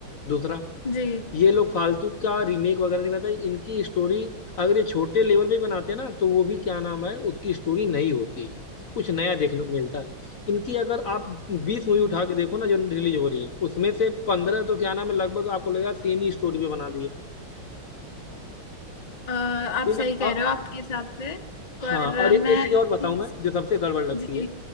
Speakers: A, on the left; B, on the left.
A: दूसरा
B: जी
A: ये लोग फालतू का रीमेक वगैरह नहीं बनाता इनकी स्टोरी अगर ये छोटे लेवल पे बनाते हैं ना तो वो भी क्या नाम है उसकी स्टोरी नई होती है कुछ नया देखने को मिलता है इनकी अगर आप बीस मूवी उठा के देखो ना जो रिलीज हो रही है उसमें से पंद्रह तो क्या नाम है लगभग आपको लगेगा सेम ही स्टोरी पे बना दी है
B: आ, आप
A: बिना
B: सही कह
A: और
B: रहे हो आपके हिसाब से
A: हाँ
B: पर
A: और
B: आ,
A: ए,
B: मैं
A: एक चीज
B: एक
A: और बताऊं
B: चीज
A: मैं जो सबसे गड़बड़ लगती
B: जी
A: है